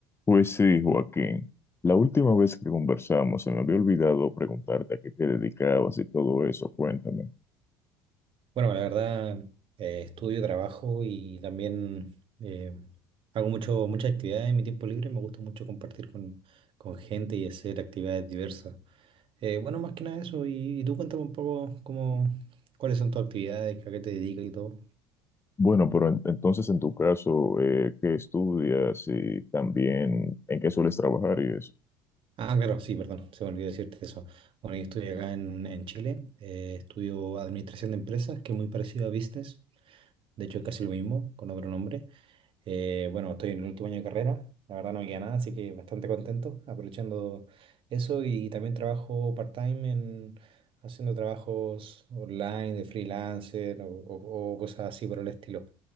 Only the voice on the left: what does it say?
Pues sí, Joaquín. La última vez que conversamos se me había olvidado preguntarte a qué te dedicabas y todo eso. Cuéntame.
Bueno, pero en- entonces en tu caso, eh, ¿qué estudias y también en qué sueles trabajar y eso?